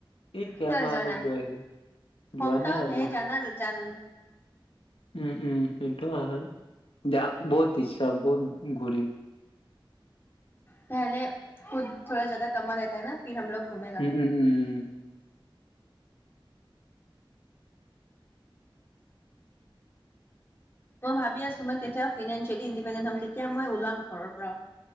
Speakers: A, on the left; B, on the left.
A: এই কেইমাহ
B: কিয় যোৱা
A: আগত
B: নাই
A: গৈ আহিল,
B: হোম
A: যোৱা
B: টাউন
A: নাই আৰু।
B: হে জানা জান
A: উম। উম সেইটো হয় যাক বহুত ইচ্ছা বহুত ঘূৰিম।
B: পেহলে খুদ থৰা জাদা কামা লেটা ফিৰ হে না? হম লগ ঘুমেগা
A: উম উম উম উম।
B: মই ভাবি আছো মই কেতিয়া ফিনেঞ্চিয়েলি ইণ্ডিপেণ্ডেণ্ট হম কেতিয়া মই ওলাম ঘৰ পৰা